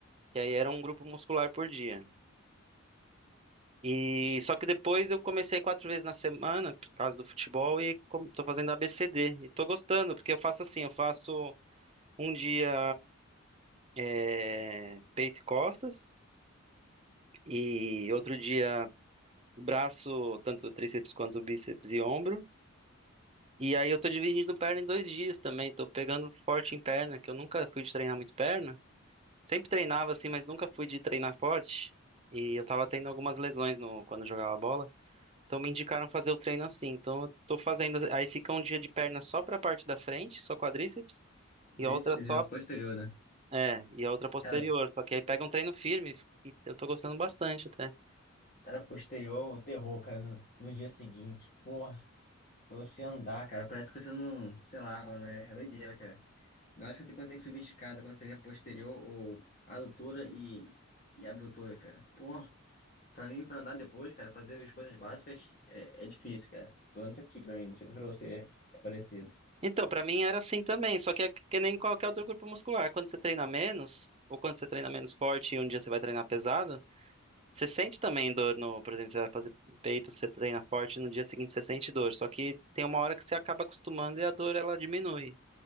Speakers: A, on the right; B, on the left.
A: que aí era um grupo muscular por dia. E só que depois eu comecei quatro vezes na semana, por causa do futebol, e com- tô fazendo ABCD. E tô gostando, porque eu faço assim, eu faço um dia é, peito e costas, e outro dia braço, tanto tríceps quanto bíceps e ombro. E aí eu tô dividindo perna em dois dias também, tô pegando forte em perna, que eu nunca fui de treinar muito perna. Sempre treinava assim, mas nunca fui de treinar forte. E eu tava tendo algumas lesões no, quando eu jogava bola. Então me indicaram fazer o treino assim. Então eu tô fazendo. Aí fica um dia de perna só pra parte da frente, só quadríceps, e
B: Tríceps
A: a outra só.
B: e outro posterior, né?
A: É, e a outra posterior.
B: Cara,
A: Só que aí pega um treino firme e eu tô gostando bastante até.
B: cara, posterior, o terror, cara, no, no dia seguinte. Porra, pra você andar, cara, parece que você não, sei lá, mano, é, é doideira, cara. Eu acho que tem- quando tem que subir escada, quando treina posterior ou adutora e, e abdutora, cara. Porra, pra mim, pra andar depois, cara, fazer as coisas básicas é, é difícil, cara. Pelo menos aqui pra mim, não sei se pra você é, é parecido.
A: Então, pra mim era assim também, só que é que nem qualquer outro grupo muscular. Quando você treina menos, ou quando você treina menos forte e um dia você vai treinar pesado. Você sente também dor no, por exemplo, você vai fazer peito, você treina forte, no dia seguinte você sente dor, só que tem uma hora que você acaba acostumando e a dor ela diminui.